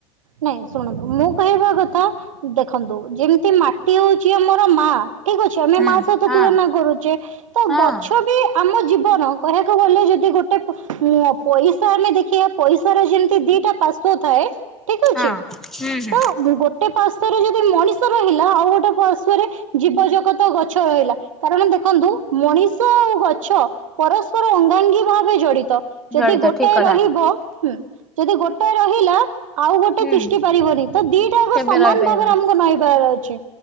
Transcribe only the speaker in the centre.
ହୁଁ
ହଁ
ହଁ।
ହଁ ହୁଁ ହୁଁ
ଜଡିତ
ଠିକ କଥା
ହୁଁ
କେବେ
ରହିପାରିବନି